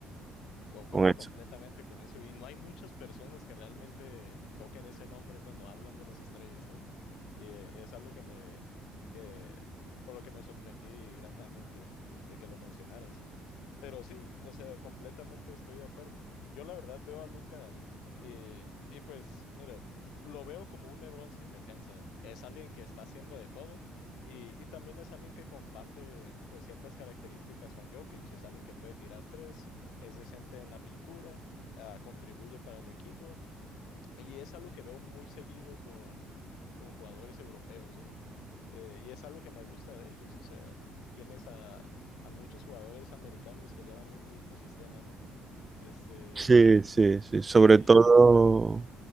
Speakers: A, on the left; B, on the right.
A: Concuerdo
B: con eso.
A: completamente con eso, y no hay muchas personas que realmente toquen ese nombre cuando hablan de las estrellas, ¿no? Y eh, es algo que me, que, por lo que me sorprendí gratamente de que lo mencionaras. Pero sí, o sea, completamente estoy de acuerdo. Yo la verdad veo a Luca y, y pues, mira, lo veo como un LeBron sin defensa. Es alguien que está haciendo de todo y, y también es alguien que comparte pues ciertas características con Jokic. Es alguien que puede tirar tres, es decente en la pintura, ah, contribuye para el equipo y es algo que veo muy seguido con, con jugadores europeos, ¿no? Eh, y es algo que me gusta de ellos, o sea, tienes a, a muchos jugadores americanos que llevan un mismo sistema, ¿no? Este,
B: Sí, sí, sí. Sobre
A: y,
B: todo,